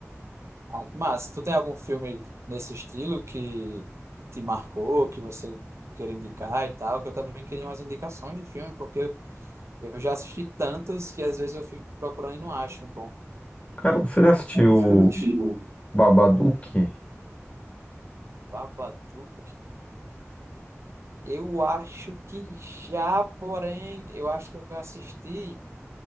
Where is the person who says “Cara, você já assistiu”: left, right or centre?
Left